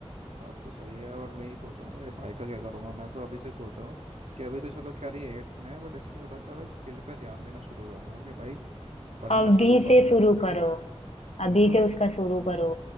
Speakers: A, on the right; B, on the left.
A: बात तो सही है और मैं ही सोच रहा हूँ मेरे भाई का क्या करूंगा मैं तो अभी से सोच रहा हूँ कि अभी तो चलो खैर ये एट्थ में है बट इसकी थोड़ा सा स्किल पे ध्यान देना शुरू कर दूंगा कि भाई पढ़ना
B: अभी
A: शुरू कर
B: से
A: दे
B: शुरू करो
A: वही
B: अभी
A: तो
B: से उसका शुरू करो